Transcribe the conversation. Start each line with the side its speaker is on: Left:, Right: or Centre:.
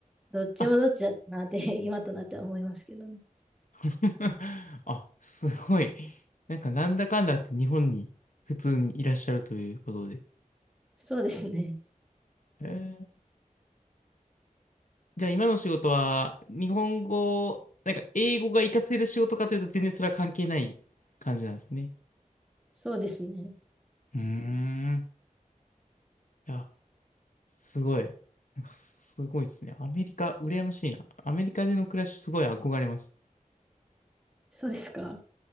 Centre: どっちもどっちだったなって今となっては思いますけどね。
Left: あ <laughs> あすごいなんかなんだかんだあって日本に普通にいらっしゃるということで。
Centre: そうですね。
Left: えーじゃあ今の仕事は日本語なんか英語が活かせる仕事かというと全然それは関係ない感じなんですね。
Centre: そうですね。
Left: うーん。いやすごい。なんかすごいですね。アメリカ、羨ましいな。アメリカでの暮らし、すごい憧れます。
Centre: そうですか。